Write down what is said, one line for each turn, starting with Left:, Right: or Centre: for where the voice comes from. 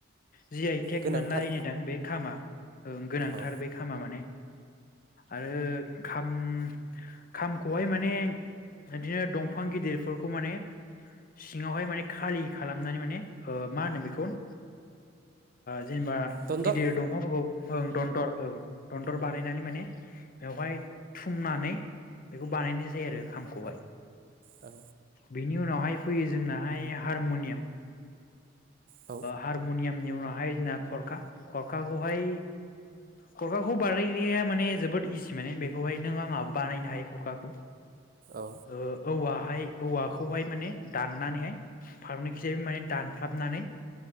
Left: जि आइ टेग
Right: गोनांथार
Left: मोनलायनायदां बे खामा ओं गोनांथार
Right: औ
Left: बे खामा माने। आरो खाम ओम खामखौहाय माने बिदिनो दंफां गिदिरफोरखौ माने सिङावहाय माने खालि खालामनानै माने ओं मा होनो बेखौ ओं जेनेबा
Right: दनदर
Left: गिदिर दंफांफोरखौ ओं दनदर औ दनदर बानायनानै माने बेवहाय थुमनानै बेखौ बानायनाय जायो आरो खामखौहाय।
Right: औ
Left: बिनि उनावहाय फैयो जोंनाहाय हारमनियाम
Right: औ
Left: हारमनियाम नि उनावहाय जोंना खरखा खरखाखौहाय खरखाखौ बानायग्राया माने जोबोद इजि माने बे बेखौहाय नों आंहा बानायनो हायो खरखाखौ
Right: औ
Left: ओ औवा माय औवाखौहाय माने दाननानैहाय फारौनिखिजाय माने दानफ्लाबनानै